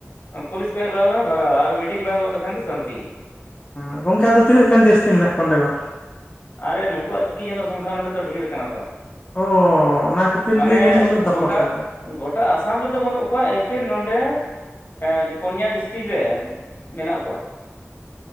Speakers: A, on the left; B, on the left.
A: ᱯᱩᱞᱤᱥ ᱠᱚ ᱦᱮᱡ ᱵᱟᱲᱟ <unintelligible> ᱵᱷᱟᱜᱟᱜ-ᱟ ᱟᱨ ᱢᱤᱴᱤᱝ ᱵᱟᱲᱟ ᱜᱚᱫ ᱞᱮᱠᱷᱟᱱ ᱫᱚ ᱥᱟᱱᱛᱤ
B: ᱚ ᱜᱚᱝᱠᱮ ᱟᱫᱚ ᱛᱤᱱᱟᱹᱜ ᱜᱟᱱ ᱡᱟᱹᱥᱛᱤ ᱢᱮᱱᱟᱜ ᱠᱚᱣᱟ ᱚᱸᱰᱮ ᱫᱚ?
A: ᱟᱨᱮ ᱱᱩᱠᱩᱣᱟᱜ ᱜᱤ ᱡᱚᱱᱚᱥᱚᱝᱠᱷᱟ ᱱᱚᱸᱰᱮ ᱫᱚ ᱰᱷᱤᱨ ᱠᱟᱱᱟ ᱛᱚ
B: ᱚ ᱚᱱᱟ ᱠᱷᱟᱹᱛᱤᱨ
A: ᱢᱟᱱᱮ
B: ᱜᱮ ᱡᱟᱹᱱᱤᱡ ᱩᱱᱟᱹᱜ ᱫᱟᱯᱚᱴ
A: ᱜᱚᱴᱟ
B: ᱛᱟᱠᱚ
A: ᱜᱚᱴᱟ ᱟᱥᱟᱢ ᱨᱮᱫᱚ ᱵᱟᱱᱩᱜ ᱠᱚᱣᱟ ᱮᱠᱮᱱ ᱱᱚᱰᱮ ᱮᱱ ᱯᱳᱱᱭᱟ ᱰᱤᱥᱴᱤᱠ ᱨᱮ ᱢᱮᱱᱟᱜ ᱠᱚᱣᱟ